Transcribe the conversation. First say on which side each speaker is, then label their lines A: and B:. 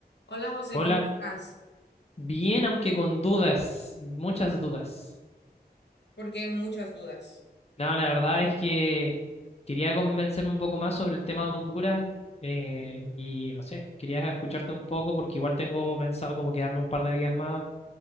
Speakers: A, on the left (about 90°); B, on the left (about 35°).
A: Hola José,
B: Hola,
A: ¿cómo estás?
B: bien, aunque con dudas, muchas dudas.
A: Porque muchas dudas.
B: No, la verdad es que quería convencerme un poco más sobre el tema de Honduras eh, y no sé, quería escucharte un poco porque igual tengo pensado como quedarme un par de días más